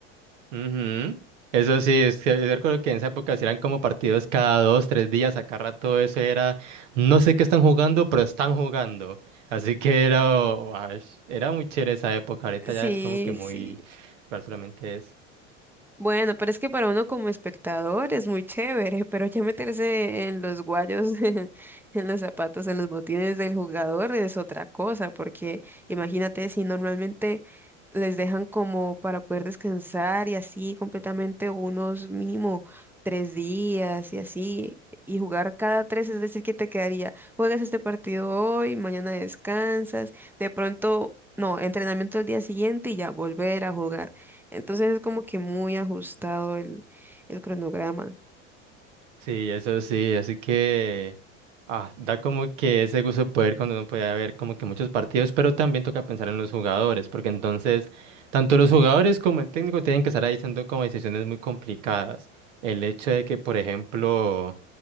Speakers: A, on the right; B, in the centre.
A: Ujú. Eso sí, es que yo recuerdo que en esa época sí eran como partidos cada dos, tres días, acá rato eso era, no sé qué están jugando, pero están jugando. Así que era, guash, era muy chévere esa época, ahorita
B: Sí,
A: ya es como que muy,
B: sí.
A: solamente es.
B: Bueno, pero es que para uno como espectador es muy chévere, pero ya meterse en los guayos, <laughs> en los zapatos, en los botines del jugador es otra cosa, porque imagínate si normalmente les dejan como para poder descansar y así completamente unos mínimo tres días y así, y jugar cada tres, es decir, que te quedaría, juegas este partido hoy, mañana descansas, de pronto, no, entrenamiento el día siguiente y ya volver a jugar. Entonces es como que muy ajustado el, el cronograma.
A: Sí, eso sí, así que ah, da como que ese gusto de poder cuando uno puede ver como que muchos partidos, pero también toca pensar en los jugadores, porque entonces tanto los jugadores como el técnico tienen que estar ahí haciendo como decisiones muy complicadas. El hecho de que, por ejemplo,